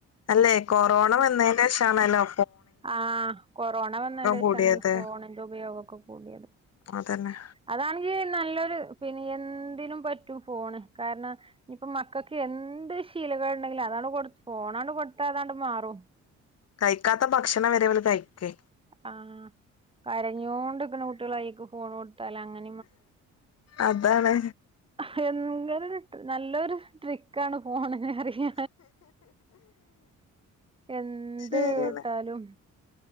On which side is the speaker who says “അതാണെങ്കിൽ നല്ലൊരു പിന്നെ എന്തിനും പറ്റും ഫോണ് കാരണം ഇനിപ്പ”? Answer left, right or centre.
Right